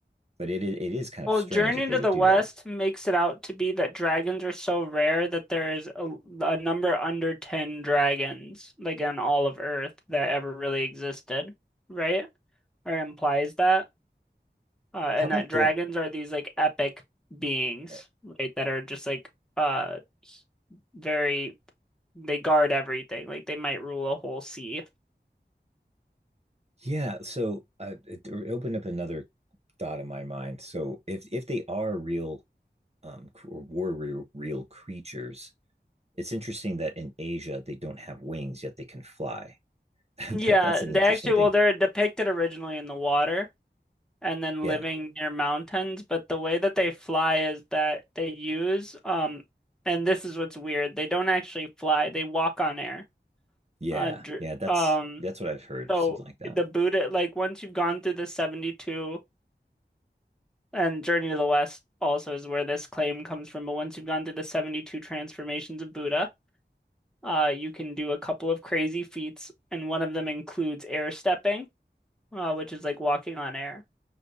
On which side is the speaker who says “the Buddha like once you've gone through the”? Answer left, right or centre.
Centre